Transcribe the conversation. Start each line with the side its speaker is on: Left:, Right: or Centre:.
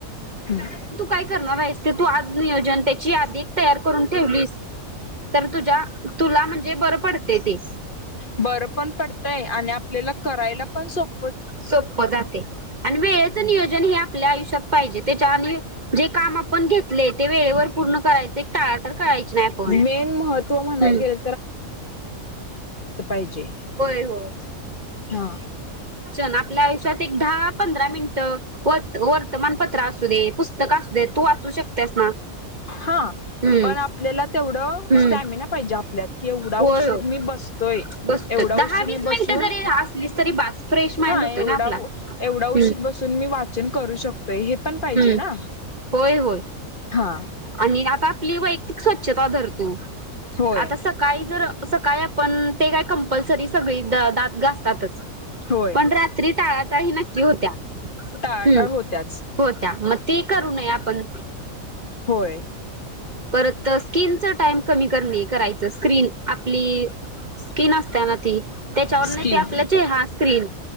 Left: हम्म.
Right: आ का ते तू आज नियोजन ते ध तयार करून ठेवली तर तुझ्या तुला म्हणजे बर पडते ते
Left: बरं पण पडतय आणि आपल्याला करायला पण सोप
Right: सोप जातय आणि वेळेच नियोजन हे आपल्या आयुष्यात पाहिजे त्याच्या आणि जे काम आपण घेतले ते वेळेवर पूर्ण करायचं टाळा टाळ करायच नाही आपण,
Left: मेन महत्त्व म्हणाय
Right: हम्.
Left: गेलं पायजे.
Right: हो.
Left: हा.
Right: आपल्या आयुष्यात एक दहा पंधरा मिनिट ह. वर वर्तमानपत्र असू दे पुस्तक असू दे तू वाचू शकत्यास ना.
Left: हा,
Right: हम्म
Left: पण आपल्याला तेवढं
Right: हम्म
Left: स्टॅमिना पाहिजे आपल्यात की एवढा
Right: होय
Left: उशीर
Right: हो
Left: मी बसतोय
Right: बसतो
Left: एवढा
Right: दहा
Left: उशीर
Right: वीस
Left: मी बसून
Right: मिनिटं जरी असलीस तरी बास फ्रेश माइंड
Left: हा
Right: होतोय
Left: एवढा,
Right: ना आपला
Left: एवढा उशीर
Right: हम्म
Left: बसून मी वाचन करू शक तोय हे पण पाहिजे
Right: हम्म
Left: ना,
Right: होय होय
Left: हा.
Right: आणि आता आपली वैयक्तिक स्वच्छता धर तु,
Left: होय.
Right: आता सकाळी जा त्र. सकाळी आपण ते काय कंपल्सरी सगळी द दात गासतातच,
Left: होय
Right: पण रात्री टाळाटाळ हि नक्की होत्या.
Left: टाळाटाळ
Right: हम.
Left: होत्याच
Right: होत्या म ती करू नये आपण.
Left: होय.
Right: परत स्किनच टाइम कमी करणे करायचं स्क्रीन आपली <unintelligible> स्किन असत्या ना ती त्याच्यावर
Left: स्किन
Right: ते आपल्या चेह स्क्रीन